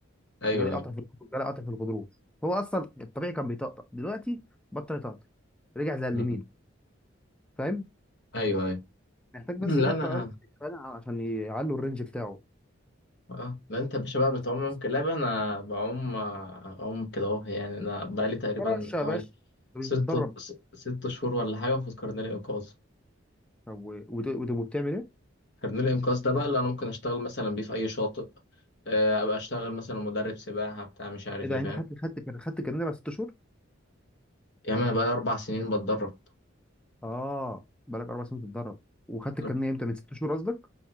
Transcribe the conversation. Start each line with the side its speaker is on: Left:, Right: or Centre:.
Left: ايوه
Centre: جالي قطع
Left: ايوه
Centre: في جالي قطع في الغضروف هو اصلا الطبيعي كان بيطقطق دلوقتي بطل يطقطق رجع زي اليمين
Left: مم.
Centre: فاهم
Left: ايوه ايوه
Centre: محتاج
Left: مم.
Centre: بس
Left: لا
Centre: بقى
Left: انا
Centre: بتوع العلاج الطبيعي عشان يعلوا الرينج بتاعه
Left: اه لا انت يا باشا بقى بتعوم
Centre: صعب الصراحة.
Left: كلاب انا بعوم آه، اعوم كده اهو يعني انا بقالي تقريبا
Centre: فرش يا
Left: حوالي
Centre: باشا انت
Left: ست
Centre: مش بتتدرب
Left: س- ست شهور ولا حاجه في كارنيه الانقاذ
Centre: طب و- وت- وت- وبتعمل ايه؟
Left: كارنيه الانقاذ ده بقى اللي انا ممكن اشتغل مثلا بيه في اي شاطئ آه، ابقى اشتغل مثلا مدرب سباحه بتاع مش عارف
Centre: ايه ده
Left: ايه فاهم
Centre: انت خدت خدت كان- خدت الكارنيه بعد ست شهور؟
Left: يا عم انا بقالي اربع سنين بتدرب
Centre: اه بقالك اربع سنين بتتدرب وخدت الكارنيه
Left: أنا-
Centre: امتى من ست شهور قصدك؟